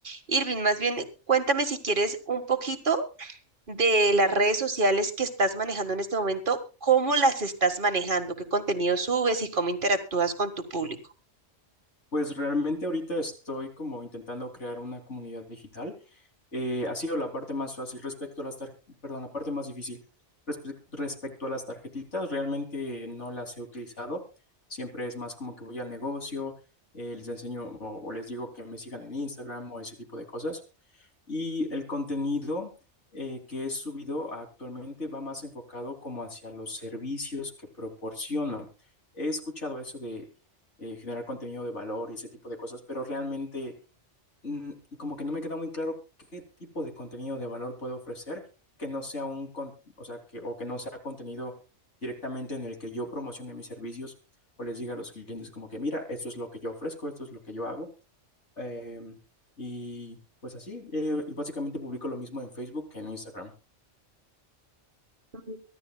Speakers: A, on the right; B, on the left.
A: Irving, más bien, cuéntame si quieres un poquito de las redes sociales que estás manejando en este momento, cómo las estás manejando, qué contenido subes y cómo interactúas con tu público.
B: Pues realmente ahorita estoy como intentando crear una comunidad digital. Eh, ha sido la parte más fácil respecto a las tar- perdón, la parte más difícil. Respe- respecto a las tarjetitas, realmente no las he utilizado. Siempre es más como que voy al negocio, eh, les enseño o, o les digo que me sigan en Instagram o ese tipo de cosas. Y el contenido eh, que he subido actualmente va más enfocado como hacia los servicios que proporciono. He escuchado eso de eh, generar contenido de valor y ese tipo de cosas, pero realmente mm, como que no me queda muy claro qué tipo de contenido de valor puedo ofrecer que no sea un, con- o sea, que, o que no sea contenido directamente en el que yo promocione mis servicios o les diga a los clientes como que, mira, esto es lo que yo ofrezco, esto es lo que yo hago. Eh, y pues así, eh, básicamente publico lo mismo en Facebook que en Instagram.
A: Mm.